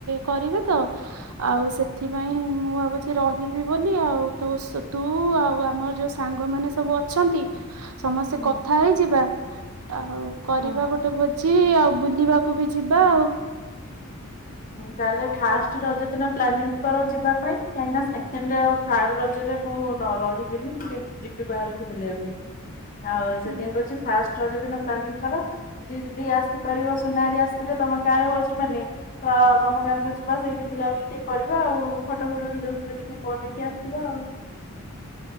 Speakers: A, on the right; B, on the left.
A: କରିବେ ତ। ଆଉ ସେଥିପାଇଁ ମୁଁ ଭାବୁଛି ରହିବି ବୋଲି ଆଉ ତୁସ ତୁ ଆଉ ଆମର ଯୋଉ ସାଙ୍ଗମାନେ ସବୁ ଅଛନ୍ତି।
B: <unintelligible>
A: ସମସ୍ତେ
B: ହଁ
A: କଥା ହେଇଯିବା ଆଉ କରିବା
B: ହଁ।
A: ଗୋଟେ ଭୋଜି ଆଉ ବୁଲିବାକୁ ବି ଯିବା ଆଉ।
B: ତାହେଲେ ଫାଷ୍ଟ ରଜ ଦିନ ପ୍ଲାନିଂ କର ଯିବା ପାଇଁ କାହିଁକି ନା ସେକେଣ୍ଡ ର ଆଉ ଥାର୍ଡ ରଜରେ ମୁଁ ରହିବିନି ଯିବି ବାହାରକୁ ବୁଲିବା ପାଇଁ। ଆଉ
A: ହୁଁ
B: ସେଥିପାଇଁ କଉଛି ଫାଷ୍ଟ ଗୋଟେ ଦିନ ପ୍ଲାନିଂ କର ସେ ଯଦି ଆସିପାରିବ ସୁନାରୀ ଆସିବ ତମ ଗାଁରେ ହଉଛି ମାନେ। ତ ତମ ଗାଁକୁ ଯିବା ସେଇଠି ବୁଲାବୁଲି ଟିକେ କରିବା ଆଉ ଫଟୋ ଫଟ ଭିଡିଓ ଫିଡିଓ ଟିକେ କରିକି ଆସ ଯିବା ଆଉ।